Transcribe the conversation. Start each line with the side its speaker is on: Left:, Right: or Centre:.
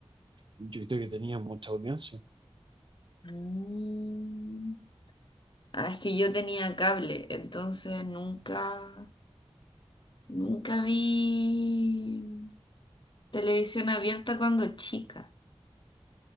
Right: yo creo que tenían mucha audiencia.
Left: Mm. Ah, es que yo tenía cable, entonces nunca, nunca vi. Televisión abierta cuando chica.